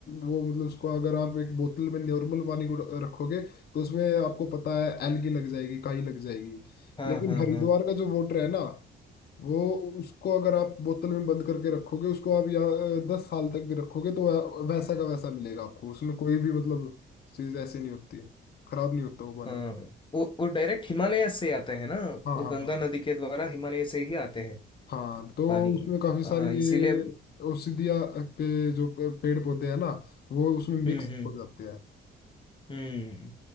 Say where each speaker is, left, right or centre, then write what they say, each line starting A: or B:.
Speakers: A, on the left; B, on the left.
A: वो मतलब उसको अगर आप एक बोतल में नॉर्मल पानी को रखोगे तो उसमें आपको पता है एलगी लग जाएगी काई लग जाएगी
B: हाँ
A: लेकिन
B: हाँ
A: हरिद्वार
B: हाँ
A: का जो वाटर है ना वो उसको अगर आप बोतल में बंद करके रखोगे उसको आप यहाँ दस साल तक भी रखोगे तो वै- वैसा का वैसा मिलेगा आपको उसमें कोई भी मतलब चीज ऐसे नहीं होती है खराब नहीं होता वो पानी
B: हाँ वो वो डायरेक्ट हिमालय से आते हैं ना
A: हाँ
B: वो
A: हाँ
B: गंगा
A: हाँ
B: नदी के द्वारा हिमालय से ही आते हैं
A: हाँ तो
B: पानी
A: उसमें काफी सारी
B: हाँ इसीलिए
A: ये
B: हम्म
A: औषधिया के जो पेड़ पौधे हैं ना वो उसमें मिक्स
B: हम्म
A: हो जाते हैं
B: हम्म